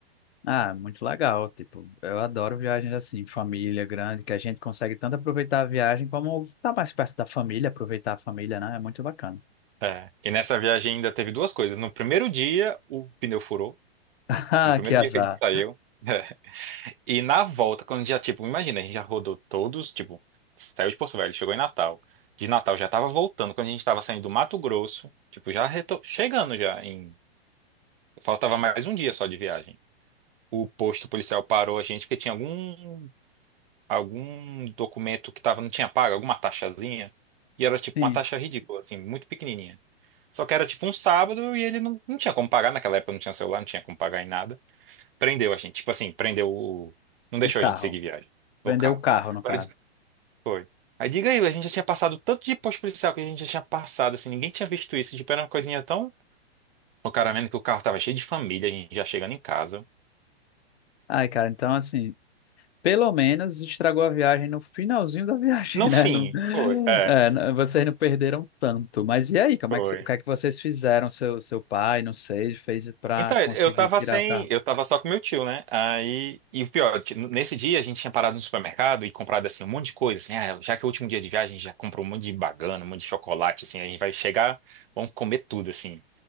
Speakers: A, on the left; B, on the right.
A: Ah, muito legal. Tipo, eu adoro viagens assim, família grande, que a gente consegue tanto aproveitar a viagem como estar mais perto da família, aproveitar a família, né? É muito bacana.
B: É. E nessa viagem ainda teve duas coisas. No primeiro dia, o pneu furou.
A: <laughs> Ah,
B: No primeiro
A: que azar.
B: dia que a gente saiu. <laughs> E na volta, quando já, tipo, imagina, a gente já rodou todos, tipo, saiu de Porto Velho, chegou em Natal. De Natal já tava voltando, quando a gente tava saindo do Mato Grosso, tipo, já reto- chegando já em... Faltava mais um dia só de viagem. O posto policial parou a gente porque tinha algum, algum documento que tava, não tinha pago, alguma taxazinha. E era, tipo,
A: Sim,
B: uma taxa ridícula, assim, muito pequenininha. Só que era, tipo, um sábado e ele não, não tinha como pagar naquela época, não tinha celular, não tinha como pagar em nada. Prendeu a gente. Tipo assim, prendeu o. Não deixou
A: o carro.
B: a gente seguir viagem.
A: Prendeu
B: O carro.
A: o carro, no
B: Agora,
A: caso.
B: di- foi. Aí diga aí, a gente já tinha passado tanto de posto policial que a gente já tinha passado, assim, ninguém tinha visto isso. Tipo, era uma coisinha tão. O cara vendo que o carro tava cheio de família, a gente já chegando em casa.
A: Ai, cara, então assim, pelo menos estragou a viagem no finalzinho <laughs> da viagem,
B: No
A: né?
B: fim,
A: Não,
B: foi. É,
A: é, não- vocês não perderam tanto. Mas e aí, como
B: foi.
A: é que, o que é que vocês fizeram? Seu, seu pai, não sei, fez para
B: Então, eu
A: conseguir
B: tava
A: tirar
B: sem.
A: o carro?
B: Eu tava só com meu tio, né? Aí. E o pior, t- nesse dia a gente tinha parado no supermercado e comprado, assim, um monte de coisa, assim. ah, já que é o último dia de viagem, a gente já comprou um monte de bagana, um monte de chocolate, assim. A gente vai chegar, vamos comer tudo, assim.